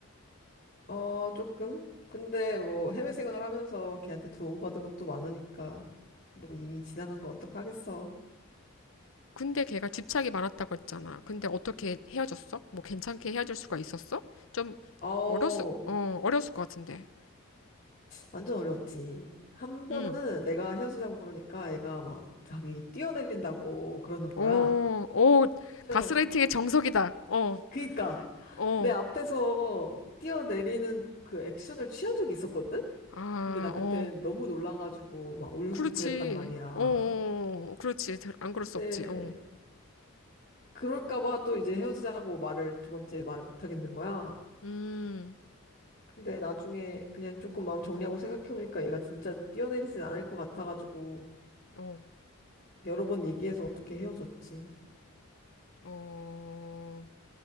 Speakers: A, on the left; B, on the left.
A: 어, 조금? 근데 뭐 해외 생활하면서 걔한테 도움받은 것도 많으니까 뭐 이미 지나간 거 어떡하겠어.
B: 근데 걔가 집착이 많았다고 했잖아. 근데 어떻게 헤어졌어? 뭐 괜찮게 헤어질 수가 있었어? 좀
A: 어우,
B: 어렸을, 어, 어렸을 것 같은데.
A: 완전 어려웠지. 한 번은
B: 응.
A: 내가 헤어지자고 그러니까 애가 막 자기 뛰어내린다고 그러는
B: 오,
A: 거야.
B: 오,
A: 뛰어,
B: 가스라이팅의 정석이다. 어,
A: 그니까
B: 어,
A: 내 앞에서 뛰어내리는 그 액션을 취한 적이 있었거든?
B: 아,
A: 근데 나 그때
B: 어.
A: 너무 놀라가지고 막 울고
B: 그렇지.
A: 그랬단 말이야.
B: 어, 어, 어. 그렇지. 안 그럴
A: 근데
B: 수 없지. 어.
A: 그럴까봐 또 이제 헤어지자고 말을 두 번째 말을 못 하겠는 거야.
B: 음,
A: 근데 나중에 그냥 조금 마음 정리하고 생각해보니까 얘가 진짜 뛰어내리진 않을 것 같아가지고
B: 어,
A: 여러 번 얘기해서 어떻게 헤어졌지.
B: 어.